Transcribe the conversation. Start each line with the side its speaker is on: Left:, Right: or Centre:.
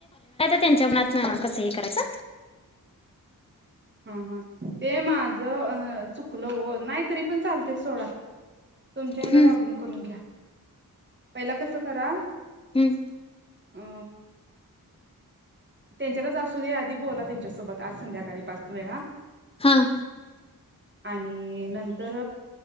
Left: त्यांच्या मनात कसं हे करायचं..
Right: हम् हम ते माझं अ चुकलं हो नाहीतरी पण चालते सोडा तुमच्या हेला
Left: हम्म
Right: लॉगीइन करून घ्या पहिला कसं करा..
Left: हम्म
Right: अ त्यांच्यातच असू द्या आधी बोला त्यांच्यासोबत आज संध्याकाळी पाच वेळा.
Left: हां
Right: आणि नंतर